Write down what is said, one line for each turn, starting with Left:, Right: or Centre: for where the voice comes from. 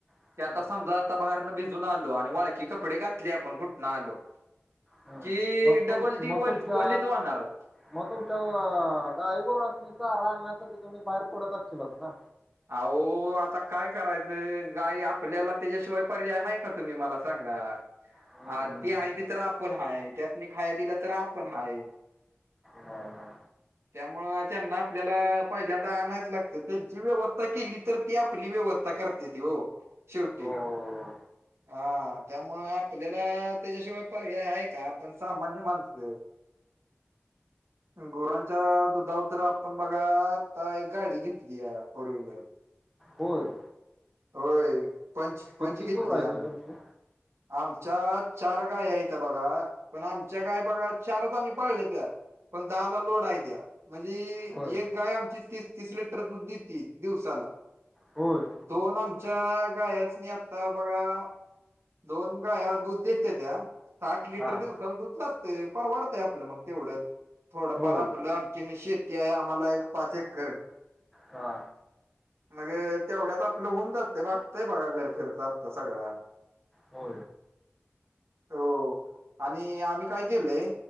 Centre: ओ.
Right: ते आता समजा आता बाहेरन भिजून आलो आणि वाळकी कपडे घातले आपण कुठनं आलो
Centre: हम्म.
Right: कि
Centre: मग
Right: डबल
Centre: तुम
Right: ती
Centre: मग तुमच्या
Right: वलीत वाणार.
Centre: मग तुमच्या गायगुरू अस म च राहाण्यासाठी तुम्ही बाहेर पुडतच ल ना.
Right: अह आता काय करायचं गाई आपल्याला त्याच्याशिवाय पर्याय आहेऐ का. तुम्ही मला सांगा.
Centre: हम्म
Right: हा ती आहे ती तर आपण हाय त्यातनी खाय दिला तर आपण हाय.
Centre: नाही ना.
Right: त्यामु त्यांना आपल्याला पहिल्यांदा आणायचं लागतं त्यांची व्यवस्था. केली तर ती आपली व्यवस्था करते ती हो शेवटी
Centre: हो. हो, हो.
Right: हा त्यामुळे आपल्याला त्याच्याशिवाय पर्याय आहे का आपण सामान्य माणसं <inaudible> गोरांच्या दुधावर तरर आपण बघा आता एक गाडी घेतली आहे. फर् व्हहीलर
Centre: होल.
Right: होय पंच पंच
Centre: किती
Right: घेतली
Centre: गुरं आहेत
Right: आम्ही
Centre: ओ तुमची?
Right: आमच्या चार गाय आहेत त्या बघा पण आमच्या गाय बघा चार तर आम्ही पाळले त्या पण दहाला लोड आहे द्या. म्हणजे
Centre: होय
Right: एक गाय आमची तीस तीस लिटर दूध देत दिवसाला.
Centre: होय
Right: दोन आमच्या गायस नाही आत्ता बघा. दोन ग दूध देत त्या साठ लिटर
Centre: हां
Right: दिवसाला दूध जात. फार वाढतंय आपलं मग तेवढं. थोडंफार
Centre: होय
Right: आपलं आणखीन शेती आहे आम्हाला एक पाच एक कर
Centre: हा.
Right: मग तेवढ्यात आपलं होऊन जातंय वागतंय बघा घर खर्च आमचा सगळा
Centre: हो.
Right: हो आणि आम्ही काय केलंय.